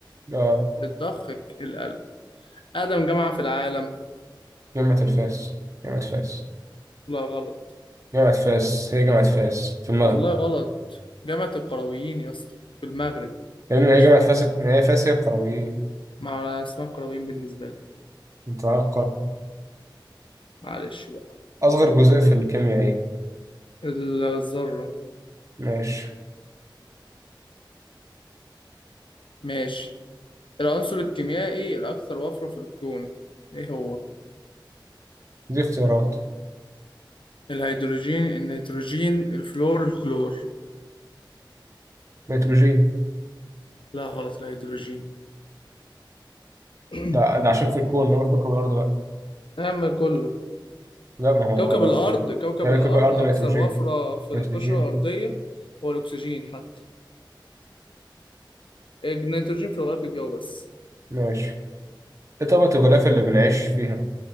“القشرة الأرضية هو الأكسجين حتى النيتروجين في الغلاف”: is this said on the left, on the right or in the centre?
Left